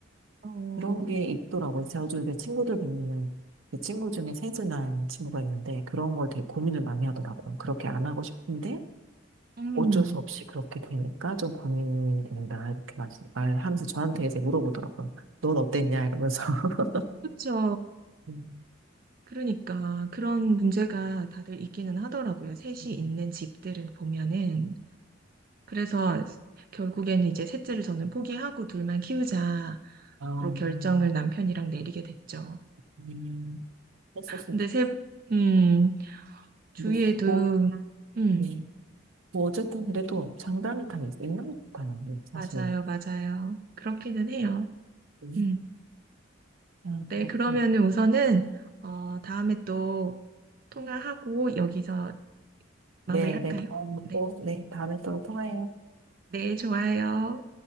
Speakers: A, on the right (about 45°); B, on the right (about 80°).
A: 어,
B: 그런 게 있더라고요. 제가 요즘 제 친구들 보면은 제 친구 중에 세즈난 친구가 있는데 그런 걸 되게 고민을 많이 하더라고요. 그렇게 안 하고 싶은데
A: 음,
B: 어쩔 수 없이 그렇게 되니까 좀 고민이 된다 이렇게 말- 말하면서 저한테 이제 물어보더라고요. 넌 어땠냐 이러면서. <laughs>
A: 그렇죠.
B: 음.
A: 그러니까 그런 문제가 다들 있기는 하더라고요. 셋이
B: 음.
A: 있는 집들을 보면은. 그래서 결국에는 이제 셋째를 저는 포기하고 둘만 키우자로
B: 아, 음.
A: 결정을 남편이랑 내리게 됐죠.
B: 음. 썼었어.
A: 근데 세, 음, 주위에도,
B: 뭐, 이렇게 뭐,
A: 음,
B: 네. 뭐 어쨌든 그래도 장단이 다 있- 있는 것 같아요. 사실.
A: 맞아요, 맞아요. 그렇기는 해요.
B: 음.
A: 음.
B: 아,
A: 네,
B: 그렇구나.
A: 그러면은 우선은, 어, 다음에 또 통화하고 여기서 마무리할까요?
B: 네, 네, 다음
A: 네,
B: 또, 네, 다음에 또 통화해요.
A: 네, 좋아요.